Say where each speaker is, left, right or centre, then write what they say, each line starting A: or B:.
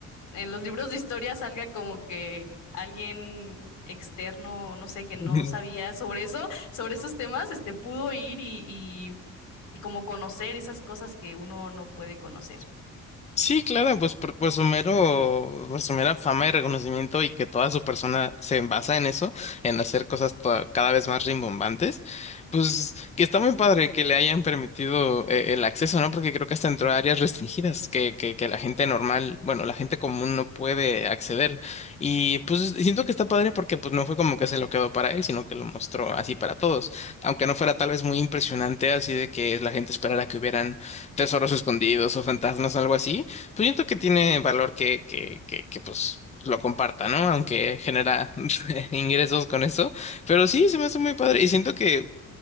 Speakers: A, on the left; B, on the left.
A: en los libros de historia salga como que alguien externo, no sé, que
B: <laughs>
A: no sabía sobre eso, sobre esos temas, este, pudo ir y, y, y como conocer esas cosas que uno no puede conocer.
B: Sí, claro, pues por, por su mero, por su mera fama y reconocimiento y que toda su persona se basa en eso, en hacer cosas toda- cada vez más rimbombantes, pues que está muy padre que le hayan permitido eh, el acceso, ¿no? Porque creo que hasta entró a áreas restringidas que, que, que la gente normal, bueno, la gente común no puede acceder. Y pues siento que está padre porque pues no fue como que se lo quedó para él, sino que lo mostró así para todos, aunque no fuera tal vez muy impresionante así de que la gente esperara que hubieran tesoros escondidos o fantasmas algo así pues siento que tiene valor que, que, que, que, pues lo comparta, ¿no? Aunque genera <laughs> ingresos con eso. Pero sí, se me hace muy padre. Y siento que,